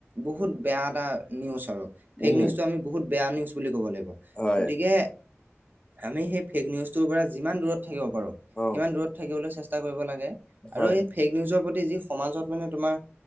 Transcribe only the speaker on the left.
উম,
হয়।
অ',
হয়,